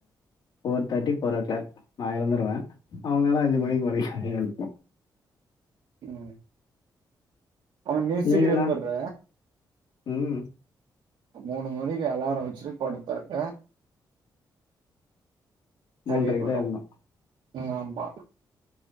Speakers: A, on the left; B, on the right.
A: four thirty four o'clock நா எழுந்துருவே அவ்ங்கலா அஞ்சு
B: ம்
A: மணிக்கு மறுபடி <unintelligible>
B: ம் அவ்ங்களுக்கு முன்னாடி
A: நீங்கண்ணா
B: சீக்கிர எழுந்துர்ற
A: ம்
B: மூணு மணிக்கு அலார வச்சுட்டு படுத்தாக்க
A: மூன்றைக்கு
B: சரியா போயிடு
A: தா எழ்ணு
B: ம் ஆமா